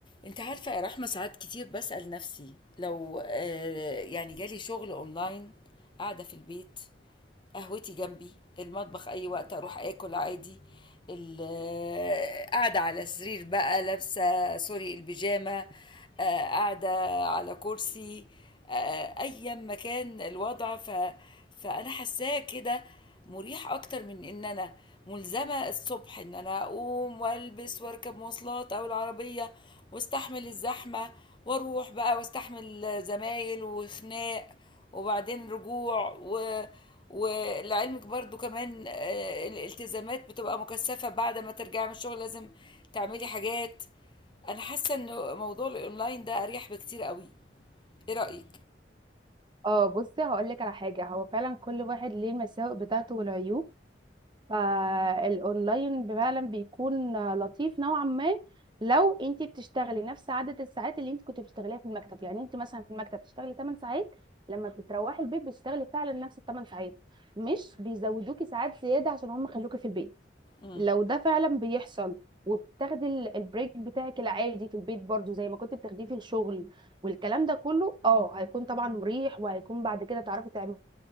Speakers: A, on the left; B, on the right.
A: انت عارفة يا رحمة ساعات كتير بسأل نفسي لو آه، يعني جالي شغل اونلاين قاعدة في البيت قهوتي جنبي المطبخ اي وقت اروح اكل عادي ال- آه، قاعدة على سرير بقى لابسة سوري البيجامة آه، قاعدة على كرسي أيا مكان الوضع ف... فأنا حاساه كده مريح أكتر من إن أنا ملزمة الصبح إن أنا أقوم وألبس وأركب مواصلات أو العربية واستحمل الزحمة واروح بقى واستحمل زمايل وخناق وبعدين رجوع و... ولعلمك برضو كمان آه، الالتزامات بتبقى مكثفة بعد ما ترجعي من الشغل لازم تعملي حاجات انا حاسه ان موضوع الاونلاين ده اريح بكتير قوي ايه رايك
B: اه بصي هقول لك على حاجه هو فعلا كل واحد ليه المساوئ بتاعته والعيوب فالاونلاين فعلا بيكون لطيف نوعا ما لو انت بتشتغلي نفس عدد الساعات اللي انت كنت بتشتغليها في المكتب يعني انت مثلا في المكتب بتشتغلي 8 ساعات لما بتروحي البيت بتشتغلي فعلا نفس ال 8 ساعات مش بيزودوكي ساعات زياده عشان هم خلوكي في البيت
A: امم
B: لو ده فعلا بيحصل وبتاخدي ال- البريك بتاعك العادي في البيت برضو زي ما كنت بتاخديه في الشغل والكلام ده كله اه هيكون طبعا مريح وهيكون بعد كده تعرفي تعملي